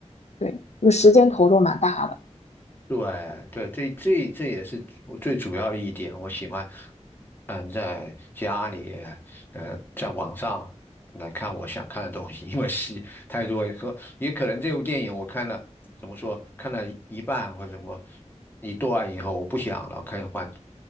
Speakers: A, on the left (about 65°); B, on the left (about 15°).
A: 对，就时间投入蛮大的。
B: 对对，这这这也是我最主要的一点，我喜欢嗯在家里呃在网上来看我想看的东西，因为是。太多也说也可能这部电影我看了，怎么说，看了一半或者什么一段以后，我不想了，看换